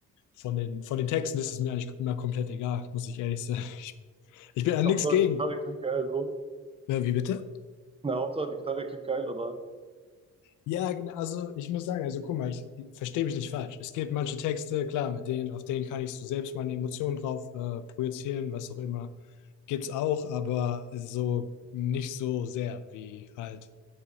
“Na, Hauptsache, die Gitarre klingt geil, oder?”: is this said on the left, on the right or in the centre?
Right